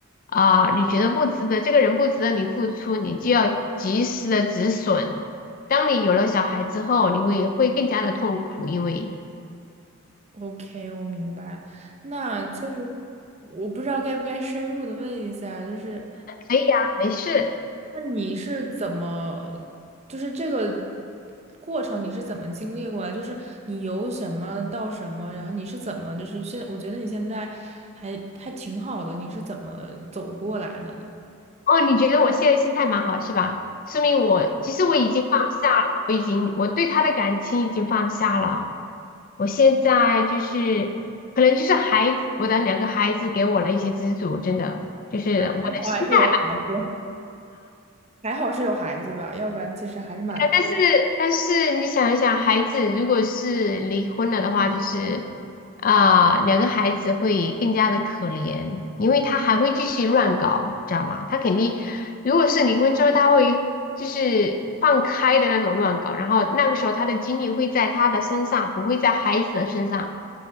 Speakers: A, on the left; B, on the right.
A: 啊、你觉得不值得，这个人不值得你付出，你就要及时的止损。当你有了小孩之后，你会会更加的痛苦，因为
B: OK，我明白了。那就是我不知道该不该深入的问一下，就是
A: 可以啊，没事。
B: 那你是怎么，就是这个过程你是怎么经历过来？就是你由什么到什么，然后你是怎么，就是现，我觉得你现在还还挺好的，你是怎么走过来的呢？
A: 哦，你觉得我现在心态蛮好是吧？说明我其实我已经放下了，我已经我对他的感情已经放下了。我现在就是可能就是孩子，我的两个孩子给我了一些资助，真的就是我的心态
B: 还好还是有孩子。还好是有孩子吧，要不然其实还是蛮难的
A: 哎但是但是你想一想，孩子如果是离婚了的话，就是啊、两个孩子会更加的可怜，因为他还会继续乱搞，知道吗？他肯定，如果是离婚之后，他会就是放开的那种乱搞，然后那个时候他的精力会在他的身上，不会在孩子的身上，